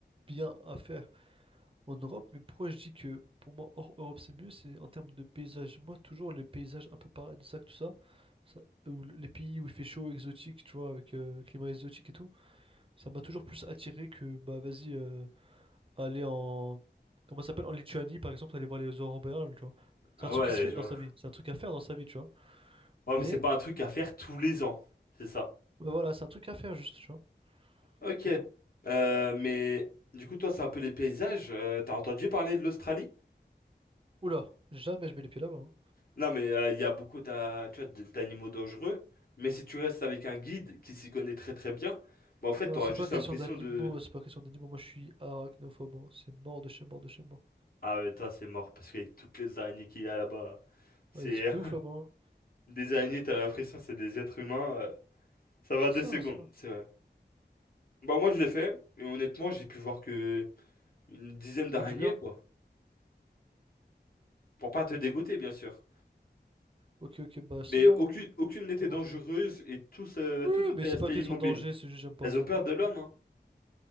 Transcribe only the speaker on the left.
Ah
ouais,
je
vois.
Ouais,
mais c'est pas un truc à faire tous les ans. C'est ça.
Ok.
Euh, mais du coup, toi, c'est un peu les paysages. Euh, t'as entendu parler de l'Australie?
Non, mais euh, il y a beaucoup d'a- tu vois, d- d'animaux dangereux. Mais si tu restes avec un guide qui s'y connaît très très bien, bah en fait,
t'auras
juste
l'impression
de...
Ah ouais, toi, c'est mort, parce qu'avec toutes les araignées qu'il y a là-bas, c'est...
<laughs> Des araignées, t'as l'impression c'est des êtres humains. euh, Ça va
deux
secondes,
c'est vrai. Bah moi, je l'ai fait, et honnêtement, j'ai pu voir que une dizaine d'araignées,
quoi. Pour pas te dégoûter, bien sûr.
Mais
aucune,
aucune n'était
dangereuse
et tous, euh,
tout était
resté
immobile.
Elles
ont peur
de
l'homme, hein.